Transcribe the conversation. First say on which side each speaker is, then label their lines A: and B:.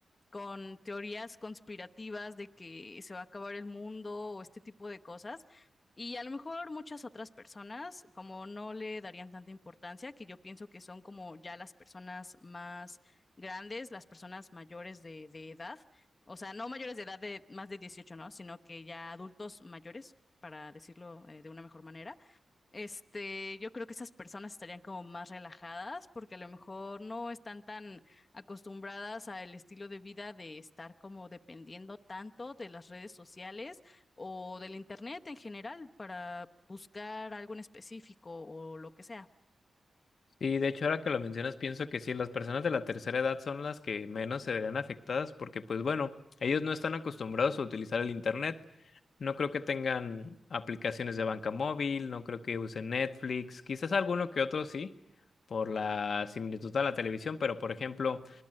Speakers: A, on the left (about 40°); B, on the left (about 70°).
A: con teorías conspirativas de que se va a acabar el mundo o este tipo de cosas. Y a lo mejor muchas otras personas como no le darían tanta importancia, que yo pienso que son como ya las personas más grandes, las personas mayores de, de edad, o sea, no mayores de edad de más de dieciocho ¿no? Sino que ya adultos mayores, para decirlo eh, de una mejor manera. Este, yo creo que esas personas estarían como más relajadas porque a lo mejor no están tan acostumbradas al estilo de vida de estar como dependiendo tanto de las redes sociales o del internet en general para buscar algo en específico o lo que sea.
B: Y de hecho, ahora que lo mencionas, pienso que sí, las personas de la tercera edad son las que menos se verán afectadas porque, pues bueno, ellos no están acostumbrados a utilizar el Internet. No creo que tengan aplicaciones de banca móvil, no creo que usen Netflix, quizás alguno que otro sí, por la similitud a la televisión, pero por ejemplo,